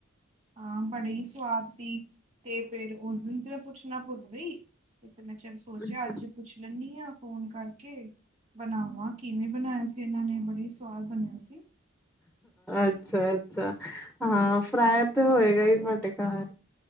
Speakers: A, on the right (about 35°); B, in the centre.
A: ਹਾਂ ਬੜੇ ਹੀ ਸਵਾਦ ਸੀ ਤੇ ਫੇਰ ਉਸ ਦਿਨ ਤੇ ਪੁੱਛਣਾ ਭੁੱਲ ਗਈ ਤੇ ਮੈਂ ਚਲ ਸੋਚਿਆ
B: ਅੱਛਾ
A: ਅੱਜ ਪੁੱਛ ਲੈਨੀ ਆ ਫੋਨ ਕਰਕੇ ਬਣਾਵਾਂ ਕਿਵੇਂ ਬਣਾਇਆ ਸੀ ਇਹਨਾਂ ਨੇ ਬੜੇ ਈ ਸਵਾਦ ਬਣਿਆ ਸੀ
B: ਅੱਛਾ, ਅੱਛਾ ਹਾਂ ਫਰੇਾਅਰ ਤੇ ਹੋਏਗਾ ਹੀ ਤੁਹਾਡੇ ਘਰ